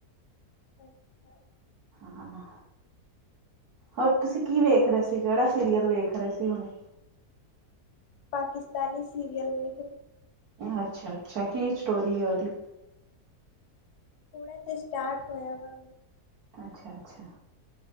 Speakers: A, on the left; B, on the right.
A: <inaudible>
B: ਹਾ ਹੋਰ ਤੁਸੀਂ ਕੀ ਵੇਖ ਰਹੇ ਸੀ ਕਿਹੜਾ ਸੀਰੀਅਲ ਵੇਖ ਰਹੇ ਸੀ ਹੁਣੇ
A: ਪਾਕਿਸਤਾਨੀ ਸੀਰੀਅਲ ਵੇਖ
B: ਅੱਛਾ ਅੱਛਾ ਕੀ ਸਟੋਰੀ ਆ ਉਹਦੀ
A: ਹੁਣੇ ਤੇ, ਸਟਾਰਟ ਹੋਇਆ ਵਾ।
B: ਅੱਛਾ-ਅੱਛਾ।